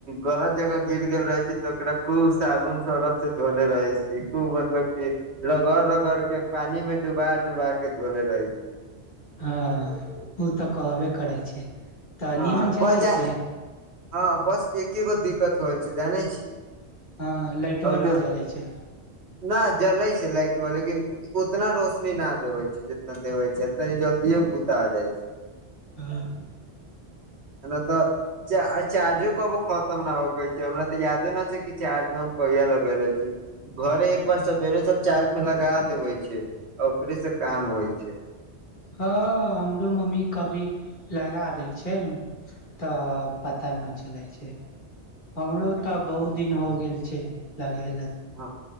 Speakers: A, on the right; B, on the left.
A: गलत जगह गिर गेल रहे छै तऽ ओकरा खूब साबुन सरफ से धोले रहै छी। ए खूब मतलब की रगड़-रगड़ के, पानी मे डुबा-डुबा के धोले रहै छी।
B: हँ उ तऽ कहबे करै छै। तऽ
A: हँ
B: नीमन चलै
A: बस जा
B: छै?
A: हँ बस एके गो दिक्कत होएल छै, जानै छी
B: हँ लाइटवा
A: आ जे
B: न जलै छै
A: न जलै छै लाइटवा लेकिन उतना रोशनी न देवै छै जितना देवै छै जतेक जल्दिए भूता जाइ छै
B: हँ
A: न तऽ च चार्जो कबो खतम न होखेै हमरा तऽ यादे न छै कि चार्ज मे हम कहिया लगेले छी घरे एक बार सेबेरे सब चार्ज मे लगा देवै छियै आ ओकरे से काम होइ छै
B: हँ हमरो मम्मी कभी लगा दै छै तऽ पता न चलै छै हमरो तऽ बहुत दिन हो गेल छै, लगायला
A: हँ